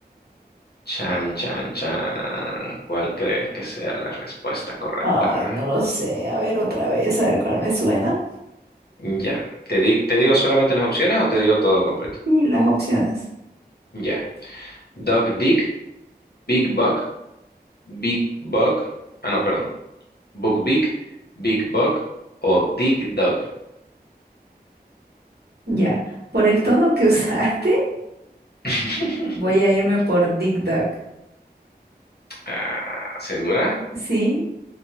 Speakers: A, on the left (about 70°); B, on the right (about 70°).
A: Chan, chan, chan. ¿Cuál crees que sea la respuesta correcta?
B: Ay, no lo sé. A ver otra vez, a ver cuál me suena.
A: Ya. ¿Te di- te digo solamente las opciones o te digo todo completo?
B: Y las opciones.
A: Ya. Dog Dick, Big Buck, Big Bug. Ah, no, perdón. Book Big, Big Bug o Dick Dog.
B: Ya, por el tono que <laughs> usaste,
A: <laughs>
B: voy a irme por Dick Duck.
A: Ah, ¿segura?
B: ¿Sí?